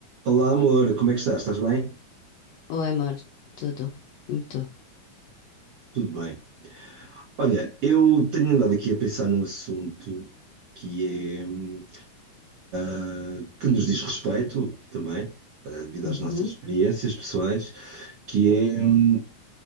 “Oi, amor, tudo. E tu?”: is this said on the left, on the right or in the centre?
Left